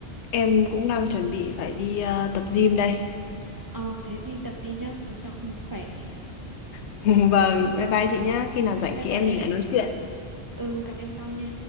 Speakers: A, on the left; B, on the right.
A: em cũng đang chuẩn bị phải đi ờ, tập gym đây.
B: Ồ, thế đi tập đi nhá, cho khỏe.
A: <laughs> Vâng, bye bye chị nhá. Khi nào rảnh
B: Bye
A: chị
B: bye
A: em
B: em.
A: mình lại nói chuyện.
B: Ừ, gặp em sau nha.